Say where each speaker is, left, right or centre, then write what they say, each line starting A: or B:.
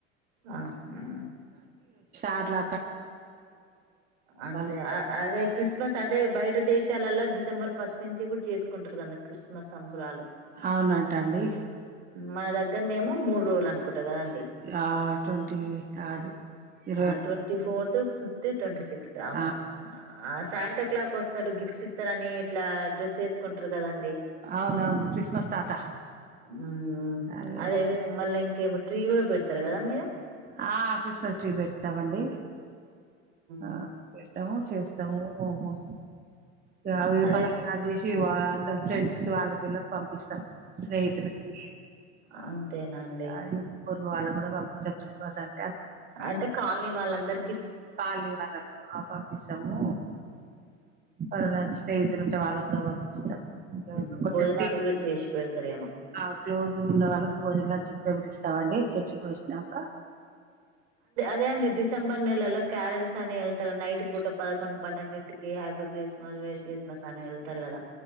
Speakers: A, on the right; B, on the right.
A: ఆ హా
B: ట్ల ట్ల
A: ఆ అంటె
B: ఇష్టం
A: అదే క్రిస్మస్ అదే బయట దేశాలల్ల డిసెంబర్ ఫస్ట్ నుంచి గుడ చేసుకుంటరు <unintelligible> క్రిస్మస్ సంబరాలు.
B: అవునంట అండి.
A: మన దగ్గరనేమో మూడు రోజులు అనుకుంటా కదండి
B: ఆ ట్వంటీ థర్డ్ ఇరవై
A: ఆ twenty fourth, fifth, twenty sixth అవును.
B: ఆ,
A: ఆ సాంట క్లాక్ వస్తడు గిఫ్ట్స్ ఇస్తరన్ మీ యిట్లా డ్రెస్ చేసుకుంటరు కదండి,
B: అవునవును క్రిస్మస్ తాత
A: ఉమ్
B: అదేసుకొచ్చేసారు.
A: అదె <unintelligible> మల్లింకేమో ట్రీ గుడ పెడతరు గద మీరు?
B: ఆ క్రిస్మస్ ట్రీ పెడతమండి. ఆ
A: మ్
B: పెడతము, చేస్తాము ఓ హో గఅవి
A: అదే
B: పల <unintelligible> జేసి టి వాళ్ళ అందర్ ఫ్రెండ్స్ కి వాళ్ళ పిల్లల్కి పంపిస్తాం. స్నేహితులకి
A: అంతేనండి.
B: ఆహ్, పొరుగు వాళ్ళగ్గుడ పంపిస్త క్రిస్మస్ అం
A: అంటే కాలనీ వాళ్ళందర్
B: కాలనీ వాళ్ళకు ఆ పంపిస్తము. ఎవరన్న స్నేహితులు ఉంటే వాళ్ళ గూడ పంపిస్తం. టె
A: ఉహు
B: కొంచెం
A: భోజనాలు
B: ఫ్రీ గ,
A: కూడా చేసి పెడతారేమో
B: ఆ క్లోజ్ గున్న వాళ్ళకు భోజన లంచ్ గుడ <unintelligible> త్తవండి చర్చ్ కి పోయోచినాక.
A: దే అండి డిసెంబర్ నెలల. క్యారల్స్ అని వెళ్తర నైట్ పూట పదకొండు, పన్నెండింటికి ఆబ్ వేస్ <unintelligible> వెళ్తరు గదా,